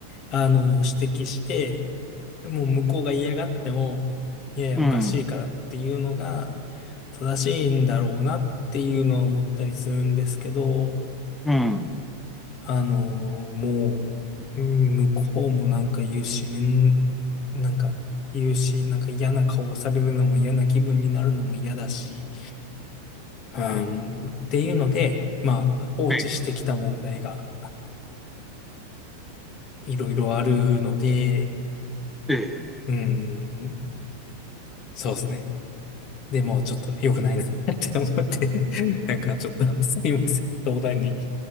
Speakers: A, on the left; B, in the centre.
A: あの、指摘して、もう向こうが嫌がっても、いやいや、
B: うん。
A: おかしいからっていうのが正しいんだろうなっていうのは思ったりするんですけど、
B: うん。
A: あの、もう、うん向こうもなんか言うし、めん、なんか言うし、なんか嫌な顔をされるのも嫌な気分になるのも嫌だし、うん、っていうので、まあ、放置してきた問題が
B: ええ。
A: いろいろあるので、
B: え
A: うん、そうですね。でも、ちょっと良くないな <laughs> って思って、<laughs> なんかちょっとすみません。相談に。